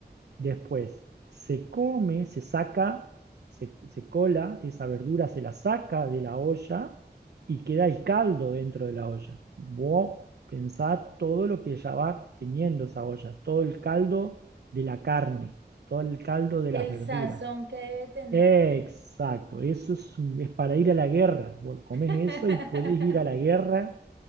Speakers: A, on the right; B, on the right.
A: Después se come, se saca, se, se cola, esa verdura se la saca de la olla y queda el caldo dentro de la olla. Vos pensá todo lo que ya va teniendo esa olla, todo el caldo de la carne, todo el caldo de
B: El
A: las verduras.
B: sazón que debe tener.
A: Exacto, eso es, es para ir a la guerra. Vos comés
B: <laughs>
A: eso y podés ir a la guerra